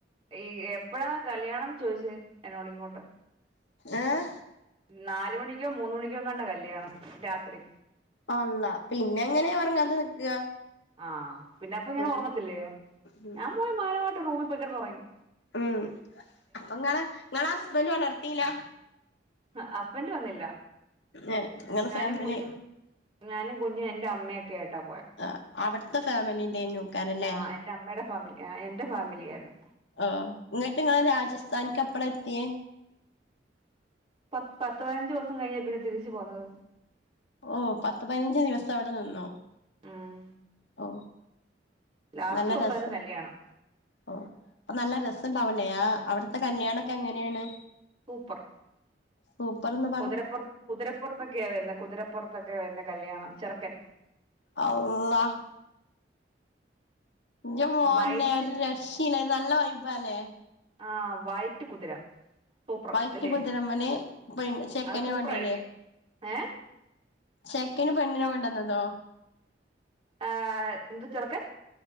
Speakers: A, on the right; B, on the left.
A: ഈ എപ്പഴാ കല്യാണം എന്ന് ചോദിച്ചേ എന്നോട് ഇങ്ങോട്ട്
B: ഏഹ്
A: നാല് മണിക്കോ മൂന്ന് മണിക്കോ എങ്ങാണ്ട കല്യാണം രാത്രി
B: അല്ലാ പിന്നെ എങ്ങനെയാ ഒറങ്ങാത നിക്കുക
A: ആഹ് പിന്നെ അപ്പൊ ഞാൻ
B: ഉം
A: ഒറങ്ങത്തില്ലയോ
B: ഉം
A: ഞാൻ പോയി മാനവായിട്ട് റൂമിൽ പോയി കെടന്ന് ഒറങ്ങി
B: ഉം അപ്പൊ നിങ്ങളെ നിങ്ങളെ ഹസ്ബൻഡ്‌ ഒണർത്തിലോ
A: ഹസ്ബന്റ് വന്നില്ല
B: ഏഹ് ഇങ്ങളെ
A: ഞാനും
B: ഫാമിലി
A: കുഞ്ഞും- ഞാനും കുഞ്ഞും എന്റെ അമ്മയൊക്കെ ആയിട്ടാ പോയെ
B: ആ അവിടുത്തെ ഫാമിലിന്റെയാ ഈ ന്യൂക്കാര് ഇല്ലേ
A: ആ എന്റെ അമ്മയുടെ ഫാമിലി ആ എന്റെ ഫാമിലി ആയിരുന്നു
B: ആഹ് ഇങ്ങോട്ട് നിങ്ങള് രാജസ്ഥാനിക്ക് എപ്പളാ എത്തിയെ
A: പത്ത് പത്ത് പതിനഞ്ച് ദെവസം കഴിഞ്ഞാ ഇവര് പ തിരിച്ചു പോന്നത്
B: ഓഹ് പത്ത് പതിനഞ്ച് ദിവസം അവിടെ നിന്നോ
A: ഉം
B: ഓ
A: ലാസ്റ്റ്
B: നല്ല
A: ദിവസായിരുന്നു
B: രസം
A: കല്യാണം
B: ഓഹ് അപ്പൊ നല്ല രസവുണ്ടാവലേ അവിടുത്തെ കല്യാണൊക്കെ എങ്ങനെയാണ്
A: സൂപ്പർ
B: സൂപ്പർ എന്നോ
A: കുതിരപ്പോർ കുതിരപ്പുറത്തൊക്കെയ വരുന്ന് കുതിരപ്പുറത്തൊക്കെ വരുന്ന കല്യാണം ചെറ്ക്കൻ
B: അളളാ ഇൻ്റെ മോന്നെ
A: വൈറ്റ്
B: ഒരു രക്ഷയില്ലര് നല്ല വൈമ്പല്ലേ?
A: ആഹ് വൈറ്റ് കുതിര. സൂപ്പർ
B: വൈറ്റ്
A: അല്ലേ
B: കുതിരമ്മന് പെണ്ണ് ചെക്കനെ
A: അത് സൂപ്പറായിരിക്കും
B: കൊണ്ടരേ?
A: ഏ
B: ചെക്കന് പെണ്ണിനോ കൊണ്ടന്നതോ?
A: ആഹ് എന്ത് ചെറ്ക്കൻ?